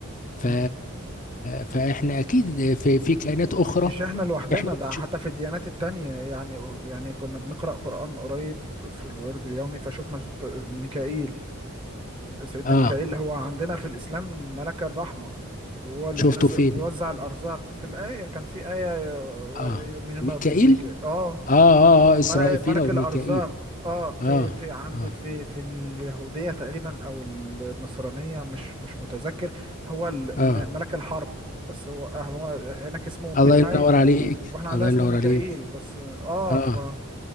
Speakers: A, on the left (about 35°); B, on the right (about 25°).
A: ف...
B: مم.
A: فإحنا أكيد في, في كائنات أخرى
B: مش احنا لوحدنا
A: إحنا
B: ده
A: بنشوف
B: حتى في الديانات التانية يعني يعني كنا بنقرأ قرآن قريب في الورد اليومي فشفنا شط- ميكائيل سيدنا
A: آه
B: ميكائيل هو عندنا في الإسلام ملك الرحمة وهو اللي
A: شفته
B: بينزل
A: فين؟
B: بيوزع الأرزاق في الآية كان في آية
A: آه
B: يؤمنون
A: ميكائيل؟
B: بميكائيل اه
A: آه آه آه إسرائيل
B: ملك ملك
A: أو
B: الأرزاق
A: ميكائيل
B: اه في
A: آه
B: في عند
A: آه
B: في في اليهودية تقريبا أو النصرانية مش مش متذكر هو ال-
A: آه
B: م- ملك الحرب بس هو آه، هو هناك اسمه ميخائيل
A: الله ينور عليك
B: واحنا عندنا
A: الله
B: اسمه
A: ينور
B: ميكائيل
A: عليك
B: بس اه
A: آه
B: ف